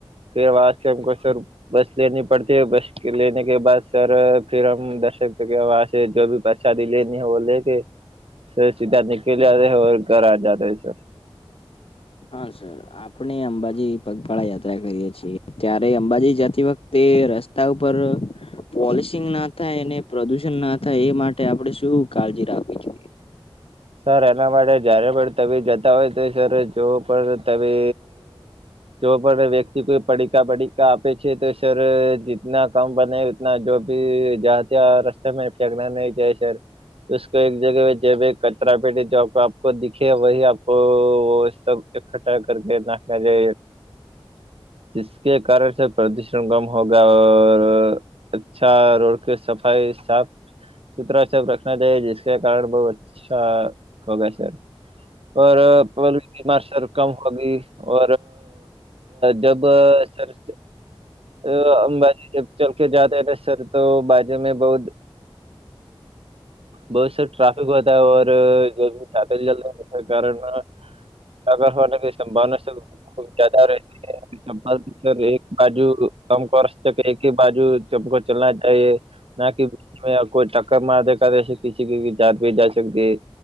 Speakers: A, on the right; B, on the left.
A: ફેર વહા સે હમકો ચઢ બસ લેની પડતી હો બસ લેને કે બાદ સર ફિર હમ દર્શક કરકે વહા સે જો ભી બસ શાદી લેની હૈ વો લેકે સીધા <unintelligible> ઔર ઘર આ જાતે હૈ સર.
B: હા સર આપણે અંબાજી પગપાળા યાત્રા કરીએ છીએ. ત્યારે અંબાજી જતી વખતે રસ્તા ઉપર પોલિશિંગ ના થાય અને પ્રદુષણ ના થાય એ માટે આપણેે શું કાળજી રાખવી જોઈએ?
A: સર એના માટે જયારે પણ તમે જતાં હોય તો સર જો પણ તમે જો પણ વ્યક્તિ કોઈ પડીકા બડીકા આપે છે તો સર જતના કમ બને જો ભી જાતે રસ્તો મે ફેંકના નઈ ચાહિયે સર. ઉસકો એક જગહ પે જબે કચરાપેટી જબ આપકો દીખે વહી આપકો વોહ સબ ઈકઠ્ઠા કરકે નાખયા જે જિસ કે કારણ શે પ્રદુષણ કમ હોગા ઔર અચ્છા રોડ કે સફાઈ સાફ સુથરા સબ રખના ચાહિયે જીસકે કારણ બહુ અચ્છા હો શકે ઔર કવોલિટીમા સર અભી ઓ જબ સર અ અંબાજી જબ ચલકે જાતે હૈ તો સર તો બાજુ મેં બહુત બહોત સર ટ્રાફિક હોતા હૈ ઔર જો <unintelligible> <unintelligible> હોન સંભાવના ખૂબ જયાદા રહે છે. ચમ્પલ એક બાજુ <unintelligible> કરર્ષ સબકો એક હી બાજુ સબકો ચલના ચાહિયે. ના કે કોઈ ટક્કર માર દે કર એસે કીસી કી જાન ભી જા શકતી હૈ.